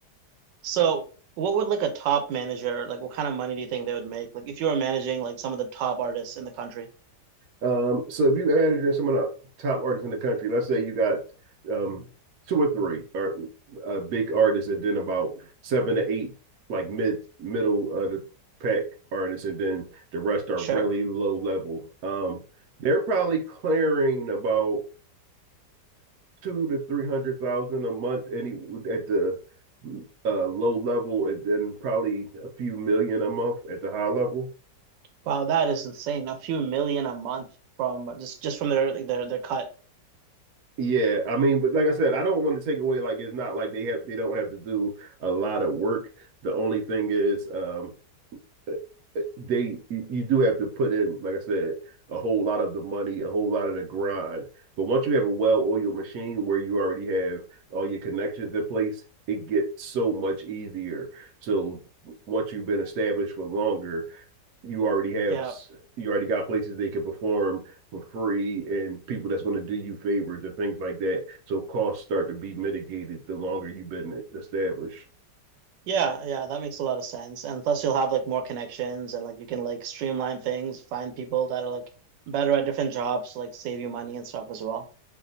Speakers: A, on the right; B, on the right.
A: So, what would like a top manager, like what kind of money do you think they would make? Like if you were managing like some of the top artists in the country.
B: Um, so if you added in some of the top artists in the country, let's say you got um two or three or uh, big artists, and then about seven to eight like mid middle of the pack artists, and then the rest are
A: Sure.
B: really low level. Um, they're probably clearing about two to three hundred thousand a month, any at the uh, low level, and then probably a few million a month at the high level.
A: Wow, that is insane. A few million a month from just just from their like, their their cut.
B: Yeah, I mean, but like I said, I don't want to take away like it's not like they have they don't have to do a lot of work. The only thing is um eh, eh, they you you do have to put in, like I said, a whole lot of the money, a whole lot of the grind. But once you have a well-oiled machine where you already have all your connections in place, it gets so much easier. So once you've been established for longer, you already have
A: Yeah.
B: you already got places they can perform for free and people that's going to do you favors and things like that. So costs start to be mitigated the longer you've been established.
A: Yeah, yeah, that makes a lot of sense. And plus you'll have like more connections and like you can like streamline things, find people that are like better at different jobs, like save you money and stuff as well.